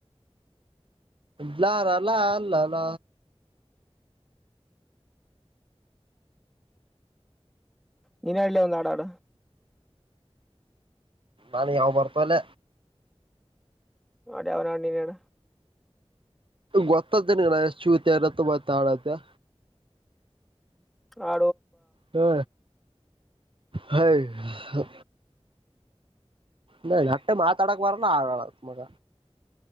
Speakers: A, on the right (about 55°); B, in the centre.
A: ಲ್ಲಾರಲ್ಲಾ ಅಲ್ಲ ಅಲ್ಲ
B: ನಿನಡಲ್ಲ ಒಂದು ಆಡ ಆಡ
A: ಎಾನ ಯಾವ ಬರತಲ್ಲ
B: ಆಡ ಅವನ ಅಟನಣ
A: ಗೊತ್ತತ್ತನ ಎಷ್ಟು ಚೂತ ತಂಬತ ಆಡತ
B: ಆ
A: ಹ ಹ್ ನ ನಟ್ಟ ಮಾತ ಅಡಕ್ವರಲ್ಲ ಆಗ ಮಗ